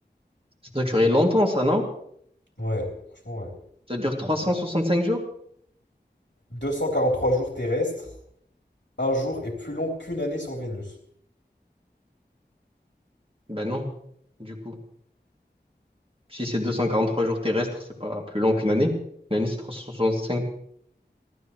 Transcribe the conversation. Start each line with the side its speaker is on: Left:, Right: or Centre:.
Right: Ça doit durer longtemps, ça, non?
Left: Ouais, franchement, ouais.
Right: Ça dure 365 jours?
Left: 243 jours terrestres. Un jour est plus long qu'une année sur Vénus.
Right: Ben non, du coup. Si c'est 243 jours terrestres, c'est pas plus long qu'une année. Une année, c'est 365,